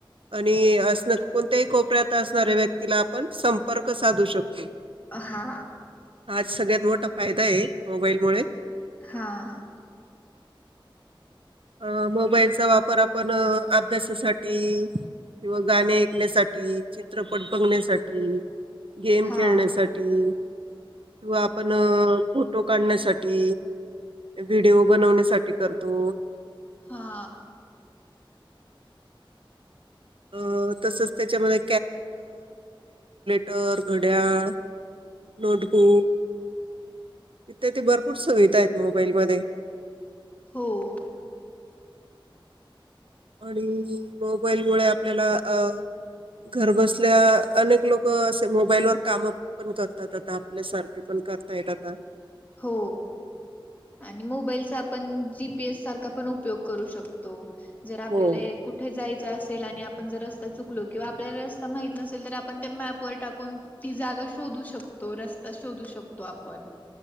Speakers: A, on the right; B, on the left.
A: आणि अस कोणत्याही कोपऱ्यात असणाऱ्या व्यक्तीला आपण संपर्क साधू शकतो.
B: हा
A: हाच सगळ्यात मोठा फायदा आहे. मोबाईल मुळे
B: हा
A: अं मोबाईलचा वापर आपण अभ्यासासाठी- किंवा गाणे ऐकण्यासाठी चित्रपट बघण्यासाठी गेम
B: हा
A: खेळण्यासाठी, किंवा आपण फोटो काढण्यासाठी व्हिडिओ बनवण्यासाठी करतो.
B: हा.
A: अ तसंच त्याच्यामध्ये टर घड्याळ, नोटबुक, इथे ते भरपूर सुविधा आहेत मोबाईल मध्ये,
B: हो,
A: आणि मोबाईलमुळे आपल्याला अ, घरबसल्या अनेक लोक असे मोबाईलवर काम पण करतात. आता आपल्यासारखे पण, करता येत आता,
B: हो, आणि मोबाईलचा आपण जीपीएस सारखा पण उपयोग करू शकतो. जर आपल्याला
A: हो.
B: कुठे जायचं अस, आणि आपण जर रस्ता चुकलो किंवा आपल्याला रस्ता माहित नसेल तर, आपण त्या मॅपवर टाकून ती जागा शोध शोधू शकतो रस्ता शोधू शकतो, आपण